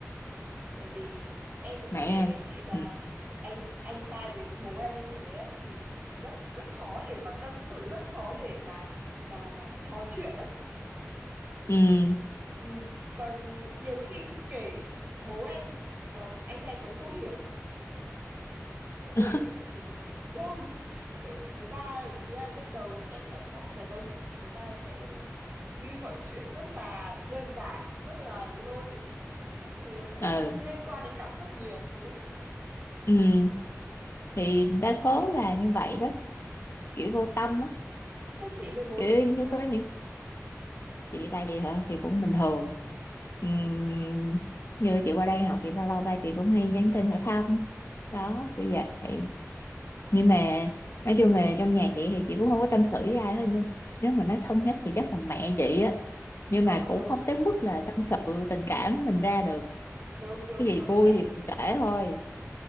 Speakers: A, on the right; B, on the left.
A: bởi vì em cũng
B: Mẹ.
A: kể
B: em.
A: với chị là
B: Ừ.
A: anh anh trai với bố em như thế ấy thì rất rất khó để mà tâm sự rất khó để mà mà mà trò chuyện á
B: Ừ.
A: ừ. còn nhiều khi kể bố em còn anh trai em còn không hiểu cơ. kiểu ui
B: <laughs>
A: có gì đâu kiểu người ta ý là trong đầu em cảm giác như đàn ông người ta sẽ nghĩ mọi chuyện rất là đơn giản rất là logic các thứ nó sẽ
B: Ừ.
A: không liên quan đến cảm xúc nhiều đúng không
B: Ừ. Thì đa số là như vậy đó, kiểu
A: chị
B: vô tâm á,
A: thế chị với bố
B: kiểu
A: chị thì
B: như sẽ
A: sao
B: có những chị ba chị hả thì cũng bình thường. Ừm,
A: ừ.
B: Như chị qua đây học thì lâu lâu ba chị cũng hay nhắn tin hỏi thăm. Đó,
A: ừ.
B: kiểu vậy. nhưng mà nói chung về trong nhà chị thì chị cũng không có tâm sự với ai hết nhưng nếu mà nói thân nhất thì chắc là mẹ chị á nhưng
A: ờ
B: mà cũng
A: đúng
B: không tới mức là tâm sự tình cảm mình ra được
A: đúng đúng
B: cái gì
A: đúng
B: vui
A: em
B: thì
A: cũng
B: mình kể
A: thế
B: thôi